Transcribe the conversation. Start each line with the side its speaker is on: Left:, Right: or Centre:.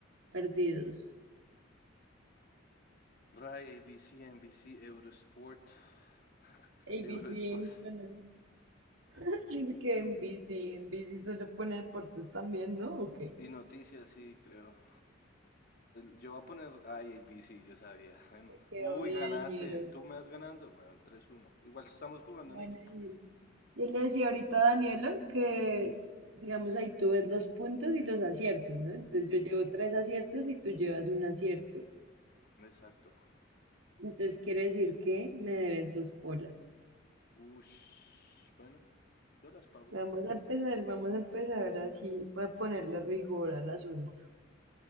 Right: Perdidos.
Left: Rai, ABC, NBC, Eurosport. <laughs>
Right: ABC
Left: Eurosport.
Right: suena. <laughs> Dice que en NBC, NBC solo pone deportes también, ¿no? ¿O qué?
Left: Y noticias, sí, creo. Yo voy a poner ay, ABC, yo sabía. Bueno.
Right: Qué
Left: Uy,
Right: obvio,
Left: ganaste.
Right: dinero.
Left: Tú me vas ganando. Bueno, tres uno. Igual estamos jugando
Right: Gana
Left: en equipo.
Right: bien. Yo le decía ahorita a Daniela que, digamos, ahí tú ves los puntos y los aciertos, ¿no? Entonces yo llevo tres aciertos y tú llevas un acierto.
Left: Exacto.
Right: Entonces quiere decir que me debes dos polas.
Left: Ush, bueno, yo las pago.
Right: Vamos a empezar, vamos a empezar así, voy a ponerle rigor al asunto.